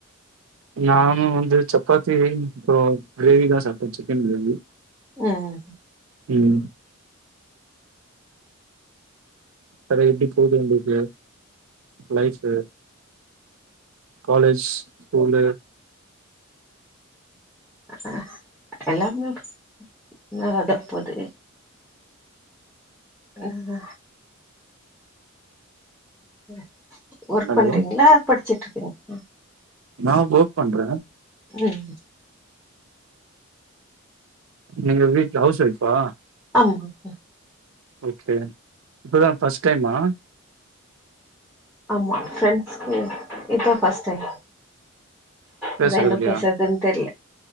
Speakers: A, on the right; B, in the centre.
A: நானும் வந்து சப்பாத்தி அப்புறம் கிரேவி தான் சாப்பிட்டேன் சிக்கன் கிரேவி
B: ஹ்ம்ம்
A: உம் வேற எப்படி போகுது உங்களுக்கு லைஃபு காலேஜ் ஸ்கூலு
B: அ எல்லாமே நல்லாதா போது ம் இல்ல ஒர்க்
A: ஹலோ
B: பண்றிங்ளா படிச்சுட்ருக்கிங் அ
A: நா ஒர்க் பண்ற
B: ம்
A: நீங்க வீட் ஹவுஸ் வைஃபா
B: ஆமாங்க
A: ஓகே இப்பதா ஃபஸ்ட் டைமா
B: மா ஃப்ரெண்ட்ஸ்கு இதா ஃபஸ்ட் டைம்
A: பேசுறதுலயா
B: அதா என்ன பேசுறதுன்னு தெர்ல